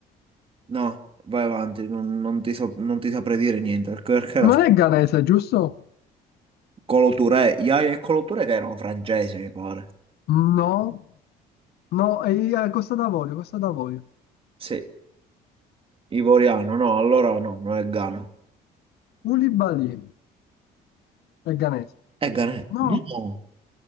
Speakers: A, on the right; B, on the left.
A: No, vai avanti, non, non ti so- non ti saprei dire niente, perché, perché era...
B: Non è ghanese, giusto?
A: Coloture, Yaya e Coloture che erano francesi, mi pare.
B: No. No, è a Costa d'Avorio, Costa d'Avorio.
A: Sì, ivoriano, no, allora no, non è Ghana.
B: Koulibaly è ghanese.
A: È Ghana?
B: No,
A: No,